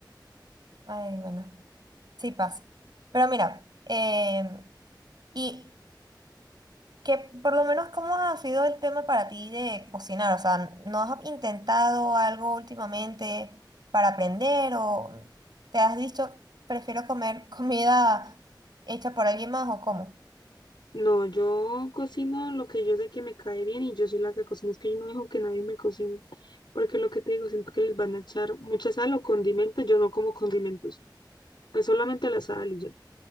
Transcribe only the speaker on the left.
No, yo cocino lo que yo sé que me cae bien y yo soy la que cocina. Es que yo no dejo que nadie me cocine, porque lo que te digo, siento que les van a echar mucha sal o condimentos. Yo no como condimentos, pues solamente la sal y ya.